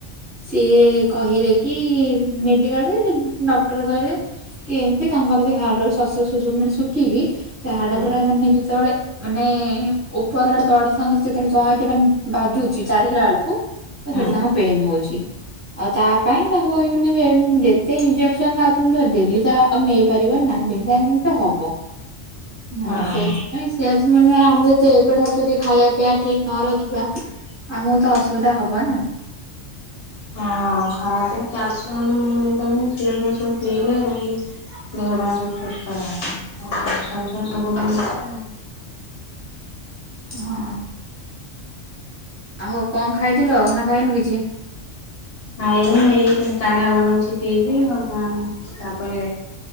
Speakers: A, on the right (about 15°); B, on the left (about 60°).
A: ସିଏ କହିଲେ କି ମେଡିକାଲରେ ଡଟ କହିଲେ କି ଏମିତି ତାଙ୍କର ସେ ହାଡରୁ ମାନେ ଖିକି ସେ ହାଡ
B: ହଁ ହଁ।
A: ପୁରା ମାନେ ଯେତେବେଳେ ମାନେ ଉପର ଆଡ ତଡ ସାଙ୍ଗ ଯେତେବେଳେ ଯଏଣ୍ଟ ସେଠି ମାନେ ବାଜୁଚି ଚାଲିଲା ବେଳକୁ
B: ହଁ
A: ସେଠି ତାଙ୍କର ପେନ ହଉଛି ଆଉ ତା ପାଇଁ ତାଙ୍କୁ ଏ ମାନେ ସେଇ ଇଞ୍ଜେସନ ଡେଲି ତ ଆଉ ନେଇପାରିବ ନା ବିନ୍ଧା ବିନ୍ଧି ତ ହବ।
B: ହଁ।
A: ଆଉ ସେଇଥିପାଇଁ ସେ ଯଦି ମାନେ ଆମେ ଏବେ ଠାରୁ ଖାଇବା ପିଆ ଠିକ ନ ରଖିବା ଆମକୁ ତ ଅସୁବିଧା ହବ ନା।
B: ହଁ ଖରାପ କ୍ୟାଲସିଅମ କ୍ଷୀର ଫୀର ସବୁ ପିଇଲେ ଦେହ ପାଇଁ ସବୁ ସୁସ୍ଥ ବାନ ସବୁ
A: ହଁ ଆଉ କଣ ଖାଇଥିଲୁ ନା ଖାଇନୁ କିଛି।
B: ଖାଇନି ହେଇ କାଢା ବନଉଛି ପିଇବି ଆଉ ତାପରେ